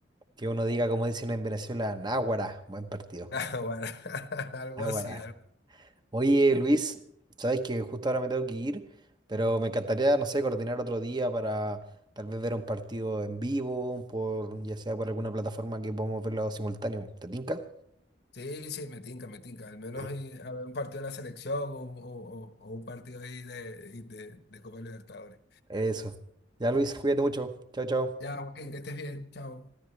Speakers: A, on the right; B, on the left.
A: Que uno diga, como dicen en Venezuela, Náguara, buen partido.
B: Ah, bueno, <laughs> algo
A: Náguara.
B: así. algo-
A: Oye, Luis, sabes que justo ahora me tengo que ir, pero me encantaría, no sé, coordinar otro día para tal vez ver un partido en vivo, por, ya sea por alguna plataforma que podamos verlo simultáneo. ¿Te tinca?
B: Sí, sí, me tinca, me tinca. Al menos
A: ¿Te tinca?
B: eh, a ver un partido de la selección o, o- o- o un partido ahí de, de, de Copa Libertadores.
A: Eso. Ya, Luis, cuídate mucho. Chao, chao.
B: Ya, Joaquín, que estés bien. Chao.